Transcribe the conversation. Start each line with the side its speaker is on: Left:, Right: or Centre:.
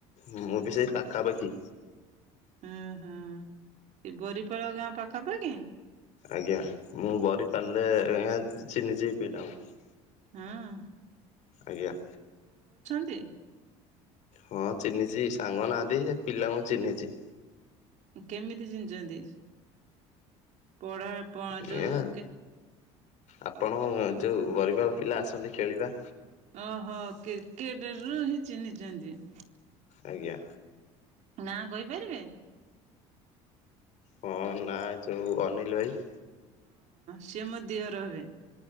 Left: ମୁଁ ବି ସେଇ ପାଖାପାଖି
Right: ଓ ହୋଁ ସେ ବରିପାଳ ଗାଁ ପାଖାପାଖି
Left: ଆଜ୍ଞା ମୁଁ ବ ପାରିଲେ ଆ୍ ଚହିନି ଚି ପିଇିଲାଙ୍କୁ
Right: ହଁ
Left: ଆଜ୍ଞା।
Right: ସେ।
Left: ହଁ ଚିହ୍ନିଛି ସାଙ୍ଗ ନାହାନ୍ତି ସେ ପିଲାଙ୍କୁ ଚିହ୍ନିଛି
Right: କେମିତି ଚିନିଛନ୍ତି? ପଢ଼ା କେ
Left: ଆଜ୍ଞା।
Right: ଯୋଉ
Left: ଆପଣ ଯୋଉ ପରିବାର ପିଲା ଆସନ୍ତି ଖେଳିବା
Right: ଓହୋ କେ କେଡର ରରୁ ହିଁ ଚିହ୍ନିଛନ୍ତି <inaudible>
Left: ଆଜ୍ଞା
Right: ନାଁ କହିପାରିବେ।
Left: ହଁ ନା ଯୋଉ ଅନିଲ ଭାଇ।
Right: ସେ ମଧ୍ୟ ରହିବେ।